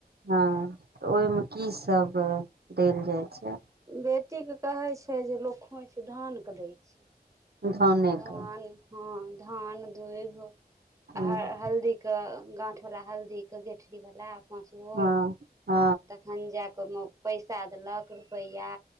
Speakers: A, on the right; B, on the right.
A: हँ तऽ ओहिमे की सब देल जाइत छै
B: बेटीके कहै छै जे लोक खोँइछ धानके दै छै
A: धाने
B: धान
A: के
B: हँ धान दुइब
A: हँ
B: आ हल्दी के गाँठवला हल्दीके गेठरीवला पाँचगो
A: हँ ह
B: तखन जाय कऽ ओहिमे पैसा देलक रुपैआ